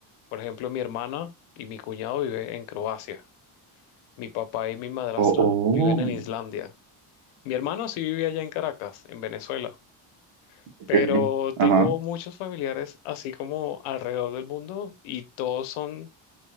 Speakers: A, on the left; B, on the right.
A: por ejemplo, mi hermana y mi cuñado vive en Croacia. Mi papá y mi madrastra
B: Oh, oh,
A: viven en Islandia. Mi hermano sí vivía allá en Caracas, en Venezuela.
B: ok.
A: Pero
B: Ajá,
A: tengo muchos familiares así como alrededor del mundo y todos son